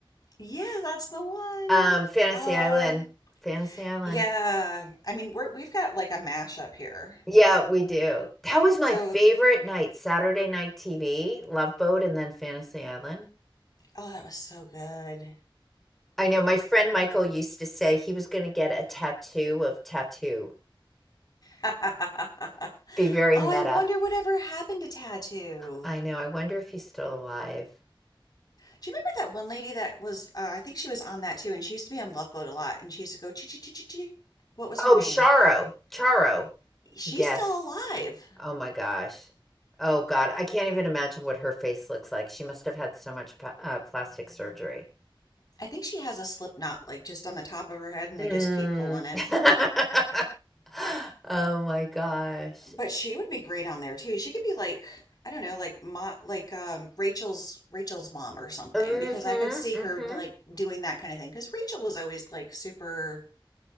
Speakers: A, on the left; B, in the centre.
A: Yeah, that's the one.
B: Um Fantasy
A: Um,
B: Island. Fantasy Island.
A: yeah. I mean, we're we've got like a mashup here.
B: Yeah, we do. That was my
A: So,
B: favorite night, Saturday night TV, Love Boat and then Fantasy Island.
A: oh, that was so good.
B: I know my friend Michael used to say he was going to get a tattoo of tattoo.
A: <laughs>
B: Be very
A: Oh,
B: meta.
A: I wonder whatever happened to Tattoo.
B: I know, I wonder if he's still alive.
A: Do you remember that one lady that was, uh, I think she was on that too, and she used to be on Love Boat a lot, and she used to go, chi chi chi chi chi. What was
B: Oh,
A: her name?
B: Charo, Charo.
A: She's
B: Yes.
A: still alive.
B: Oh my gosh. Oh God, I can't even imagine what her face looks like. She must have had so much pa uh, plastic surgery.
A: I think she has a slip knot like just on the top of her head and
B: Mm.
A: they just keep pulling it.
B: <laughs> Oh my gosh.
A: But she would be great on there too. She could be like, I don't know, like mo like um Rachel's Rachel's mom or something
B: Mm-hmm.
A: because I could see her
B: Mm-hmm.
A: like doing that kind of thing because Rachel was always like super,